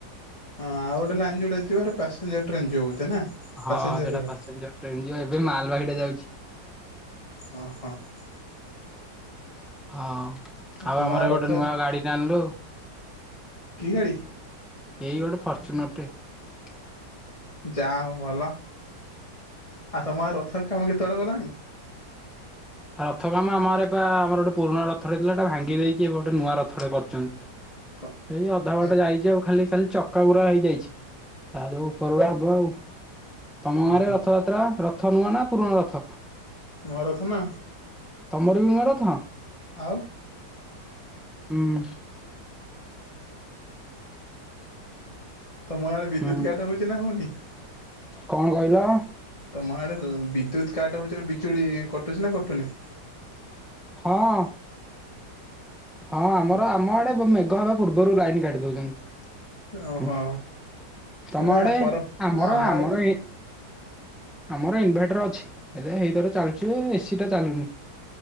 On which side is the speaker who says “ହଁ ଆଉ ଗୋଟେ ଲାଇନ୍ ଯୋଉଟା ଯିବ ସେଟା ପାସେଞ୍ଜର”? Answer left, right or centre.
Left